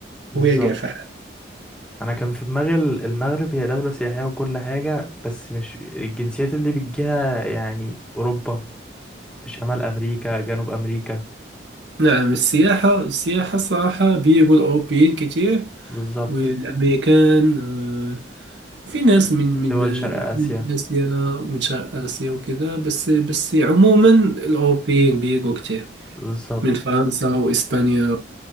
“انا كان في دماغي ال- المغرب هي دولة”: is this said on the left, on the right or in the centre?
Centre